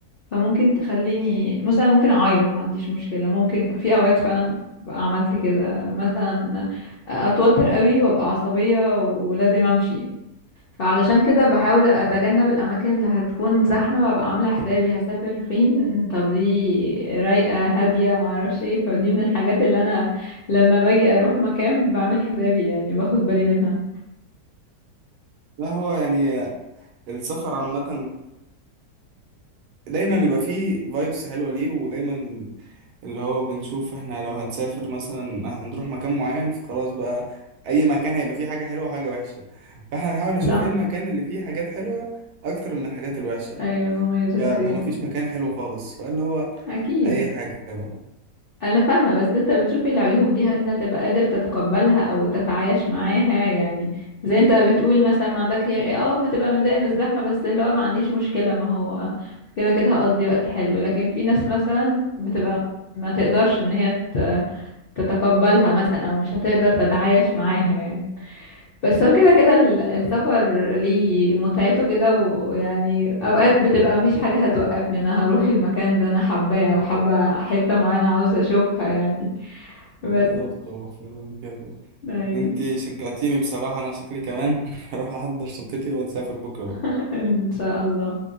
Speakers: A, on the left (about 80°); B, on the right (about 70°).
A: فممكن تخليني مثلا ممكن اعيط ما عنديش مشكله ممكن في اوقات فعلا بقى عملت كده مثلا اتوتر قوي وابقى عصبيه ولازم امشي فعلشان كده بحاول
B: مم.
A: اتجنب الاماكن اللي هتكون زحمه ببقى عامله حسابي هسافر فين طب دي رايقه هاديه ما اعرفش ايه فدي من الحاجات اللي انا لما باجي اروح مكان بعمل حسابي يعني باخد بالي منها
B: لا هو يعني السفر عامة دايما بيبقى فيه فايبس حلوة ليه ودايما اللي هو بنشوف احنا لو هنسافر مثلا هنروح مكان معين فخلاص بقى اي مكان هيبقى فيه حاجة حلوة وحاجة وحشة فاحنا بنحاول نشوف
A: صح
B: ايه المكان اللي فيه حاجات حلوة اكتر من الحاجات الوحشة
A: ايوه المميزات
B: فمفيش
A: دي
B: مكان حلو خالص فاللي هو
A: اكيد
B: اي حاجة بقى
A: انا فاهمة بس انت بتشوف العيوب دي انت تبقى قادر تتقبلها او تتعايش معاها يعني زي انت بتقول مثلا ما عندك هي- اه هتبقى متضايق من الزحمة بس اللي هو ما عنديش مشكلة ما هو كده كده هقضي وقت حلو لكن في ناس مثلا بتبقى ما تقدرش ان هي ت- تتقبلها مثلا او مش هتقدر تتعايش معاها يعني بس هو كده كده ال- السفر ليه متعته كده ويعني
B: مم.
A: اوقات بتبقى مفيش حاجة هتوقفني انا هروح المكان ده انا حباه
B: بالظبط
A: او حابة حتة معينة عاوزة اشوفها يعني
B: بالظبط،
A: بس
B: هو فعلا كده
A: ايوه
B: انتي شجعتيني بصراحة انا شكلي كمان <laughs> هروح احضر شنطتي ونسافر بكرة بقى
A: <laughs> ان شاء الله